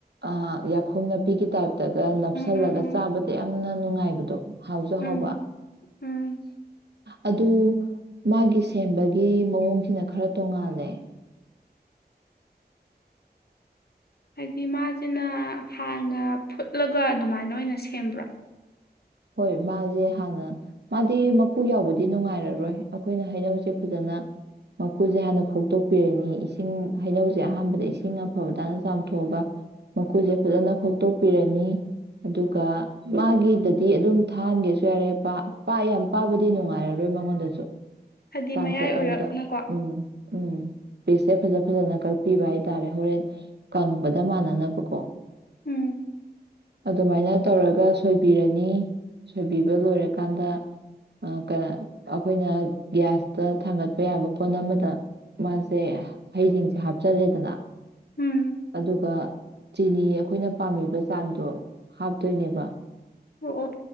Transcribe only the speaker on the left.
ꯎꯝ ꯎꯝ ꯎꯝ
ꯎꯝ
ꯎꯝ
ꯍꯥꯏꯗꯤ ꯃꯥꯖꯤꯅ ꯍꯥꯟꯅ ꯐꯨꯠꯂꯒ ꯑꯗꯨꯃꯥꯏꯅ ꯑꯣꯏꯅ ꯁꯦꯝꯕ꯭ꯔꯣ
ꯍꯥꯏꯗꯤ
ꯃꯌꯥꯏ ꯑꯣꯏꯔꯞꯅꯀꯣ
ꯎꯝ
ꯎꯝ
ꯑꯣ ꯑꯣ